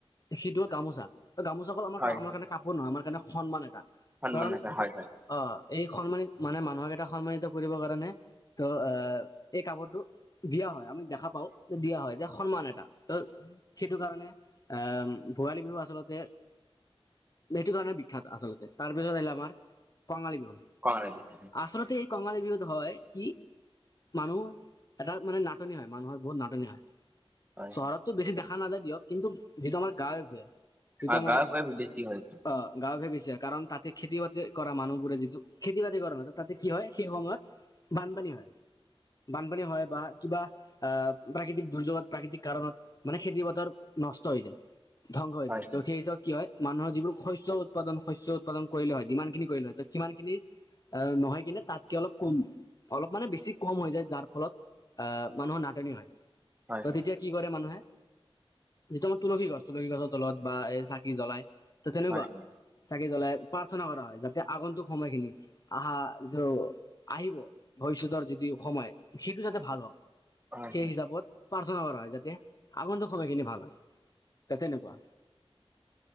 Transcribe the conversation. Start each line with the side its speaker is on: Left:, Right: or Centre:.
Left: সেইটো হ'ল গামোচা। ত গামোচা অকল আমাৰ
Right: হয়
Left: আমাৰ কাৰণে কাপোৰ নহয় আমাৰ কাৰণে সন্মান এটা।
Right: সন্মান
Left: কাৰণ
Right: নাপায় হয় হয়
Left: আহ এই সন্মানিত মানে মানুহক এইটো সন্মানিত কৰিবৰ কাৰণে ত' অ এই কাপোৰটো দিয়া হয়, আমি দেখা পাওঁ দিয়া হয়। যে সন্মান এটা ত সেইটো কাৰণে আহ ভোগালী বিহু আচলতে সেইটো কাৰণে বিখ্যাত আচলতে তাৰপিছত আহিলে আমাৰ কঙালী বিহু
Right: কঙালী বিহু
Left: আচলতে এই কংগালী বিহুতো হয় কি মানুহ এটা মানে নাটনি হয় মানুহৰ বহুত নাটনি হয়
Right: হয়
Left: চহৰততো বেছি দেখা নাযায় দিয়ক কিন্তু যিটো আমাৰ গাঁৱে ভূয়ে সেইটো
Right: হয়
Left: আমাৰ
Right: গাঁৱে ভূঞে বেছি হয়
Left: অ গাঁও ভোয়ে বেছি হয় কাৰণ তাতে খেতি বাতি কৰা মানুহবোৰে যিটো খেতি বাতি কৰা নাই তাতে কি হয় সেই সময়ত বানপানী হয় বানপানী হয় বা কিবা আহ প্ৰাকৃতিক দুৰ্যোগত প্ৰাকৃতিক কাৰণত মানে খেতি পথাৰ নষ্ট হৈ যায় ধ্বংস হৈ
Right: হয়
Left: যায় তো সেই হিচাপত কি হয় মানুহৰ যিবোৰ শস্য উৎপাদন শস্য উৎপাদন কৰিলে হয় যিমান খিনি কৰিলে হয় সিমান খিনি আহ নহয় কিনে তাতকে অলপ কম অলপ মানে বেছি কম হৈ যায় যাৰ ফলত আহ মানুহৰ নাটনি হয়
Right: হয়
Left: ত
Right: হয়
Left: তেতিয়া কি কৰে মানুহে যিটো আমাৰ তুলসী গছ তুলসী গছৰ তলত বা এই চাকি জ্বলাই ত তেনেকুৱা
Right: হয় হয়
Left: চাকি জ্বলাই প্ৰাৰ্থনা কৰা হয় যাতে আগন্তুক সময়খিনি আহা যটো আহিব ভৱিষ্যতৰ যিটো সময় সেইটো যাতে ভাল হওক
Right: হয়
Left: সেই
Right: হয়
Left: হিচাপত প্ৰাৰ্থনা কৰা হয় যাতে আগন্তুক সময়খিনি ভাল হয় তেনেকুৱা